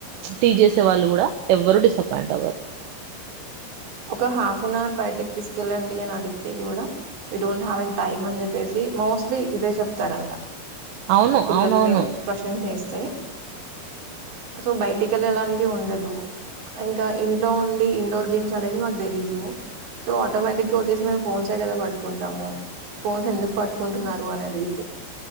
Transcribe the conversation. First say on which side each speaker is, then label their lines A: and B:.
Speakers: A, on the right; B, on the right.
A: టీ చేసే వాళ్ళు కూడా ఎవ్వరు డిసప్పాయింట్ అవ్వరు
B: ఒక హాఫ్ అన్ అవర్ బయటకి తీసుకెళ్ళండి అని అడిగితే కూడా we don't have N time అని చెప్పేసి మోస్ట్లీ ఇదే చెప్తారంట
A: అవును
B: సో పిల్లల
A: అవునవును
B: క్వశ్చన్ చేస్తే సో బయటికి వెళ్ళలానికి ఉండదు ఇంకా ఇంట్లో ఉండి ఇండోర్ గేమ్స్ అనేవి మాకు తెలీదు సో ఆటోమేటిక్ గా వచ్చేసి మేము ఫోన్స్ే కదా పట్టుకుంటాము ఫోన్స్ ఎందుకు పట్టుకుంటున్నారు అని అడిగితే